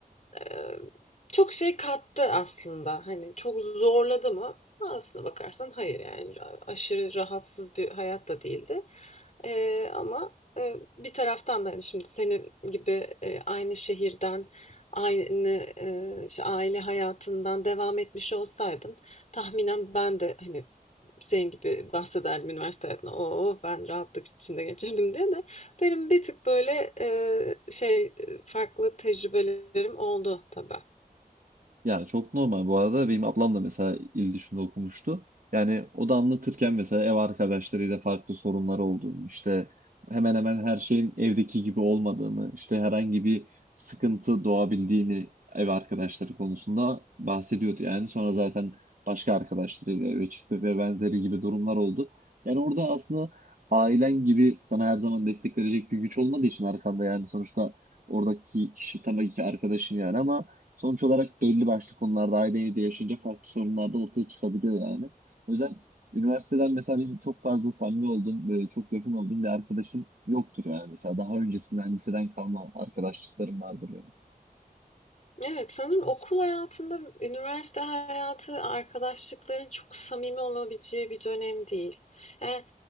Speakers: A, on the left; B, on the right.
A: Eee, çok şey kattı aslında. Hani çok zorladı mı? Aslına bakarsan hayır yani aşırı rahatsız bir hayat da değildi. Eee, ama e, bir taraftan da hani şimdi senin gibi e, aynı şehirden, aynı e, işte aile hayatından devam etmiş olsaydım tahminen ben de hani senin gibi bahsederdim üniversite hayatına. Oo ben rahatlık içinde geçirdim diye de benim bir tık böyle e, şey e, farklı tecrübelerim oldu tabii.
B: Yani çok normal bu arada. Benim ablam da mesela il dışında okumuştu. Yani o da anlatırken mesela ev arkadaşlarıyla farklı sorunları olduğunu, işte hemen hemen her şeyin evdeki gibi olmadığını, işte herhangi bir sıkıntı doğabildiğini ev arkadaşları konusunda bahsediyordu. Yani sonra zaten başka arkadaşlarıyla eve çıktı ve benzeri gibi durumlar oldu. Yani orada aslında ailen gibi sana her zaman destek verecek bir güç olmadığı için arkanda yani sonuçta oradaki kişi tabii ki arkadaşın yani ama Sonuç olarak belli başlı konularda aile evde yaşayınca farklı sorunlar da ortaya çıkabiliyor yani. O yüzden üniversiteden mesela benim çok fazla samimi olduğum, böyle çok yakın olduğum bir arkadaşım yoktur yani. Mesela daha öncesinden liseden kalma arkadaşlıklarım vardır benim.
A: Evet sanırım okul hayatında üniversite hayatı arkadaşlıkların çok samimi olabileceği bir dönem değil. Yani